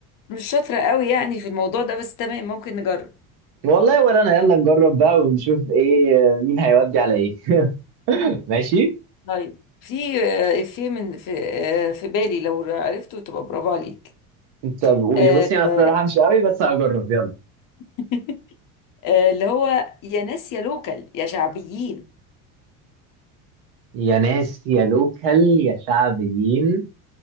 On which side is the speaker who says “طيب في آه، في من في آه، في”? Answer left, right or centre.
Left